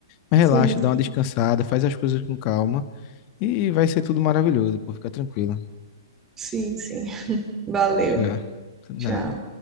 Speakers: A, on the left (about 35°); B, on the right (about 15°).
A: Mas
B: Sim,
A: relaxa,
B: sim,
A: dá uma descansada, faz as coisas com calma e vai ser tudo maravilhoso, pô. Fica tranquila.
B: sim, sim. Valeu.
A: Já, nada.
B: Tchau.